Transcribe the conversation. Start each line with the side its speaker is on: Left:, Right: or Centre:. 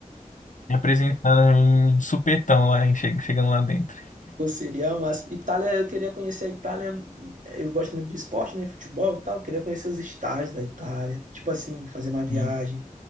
Left: Me apresentando hum, de supetão lá, hein, che- chegando lá dentro.
Right: Pô, seria massa. Itália, eu queria conhecer a Itália. Eu gosto muito de esporte, né? Futebol e tal. Eu queria conhecer os estádios da Itália. Tipo assim, fazer uma viagem.
Left: Sim.